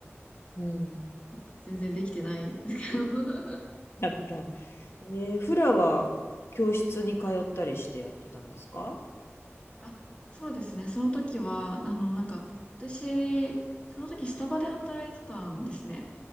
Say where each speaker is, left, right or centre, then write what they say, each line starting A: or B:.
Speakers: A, on the left (about 60°); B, on the left (about 25°).
A: うん。
B: なんか全然できてないですけど。<laughs>
A: だった。えーフラは教室に通ったりしてやってたんですか
B: あ、そうですね。その時は、あの、なんか、私、その時スタバで働いてたんですね。